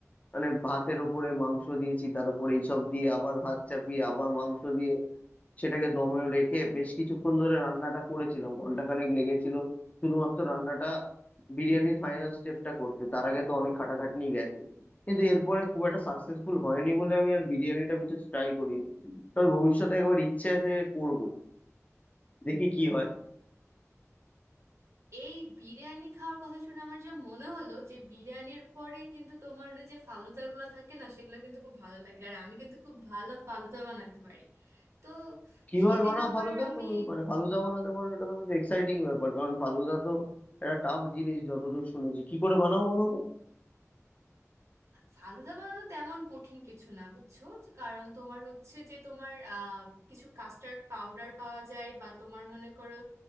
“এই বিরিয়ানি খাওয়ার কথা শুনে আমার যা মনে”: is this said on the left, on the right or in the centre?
Right